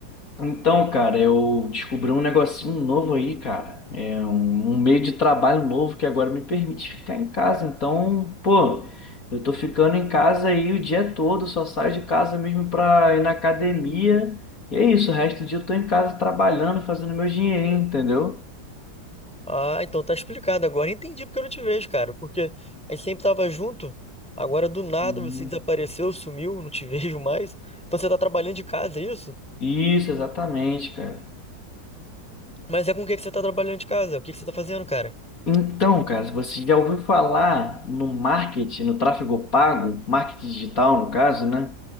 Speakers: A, on the left; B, in the centre.
A: Então, cara, eu descobri um negocinho novo aí, cara. É um, um meio de trabalho novo que agora me permite ficar em casa. Então, pô, eu tô ficando em casa aí o dia todo, só saio de casa mesmo pra ir na academia. E é isso, o resto do dia eu tô em casa trabalhando, fazendo meu dinheirinho, entendeu?
B: Ah, então tá explicado agora. Entendi porque eu não te vejo, cara. Porque a gente sempre tava junto. Agora do nada
A: Uhum.
B: você desapareceu, sumiu, não te <laughs> vejo mais. Então você tá trabalhando de casa, é isso?
A: Isso, exatamente, cara.
B: Mas é com o que que você tá trabalhando de casa? O que que você tá fazendo, cara?
A: Então, cara, você já ouviu falar no marketing, no tráfego pago, marketing digital, no caso, né?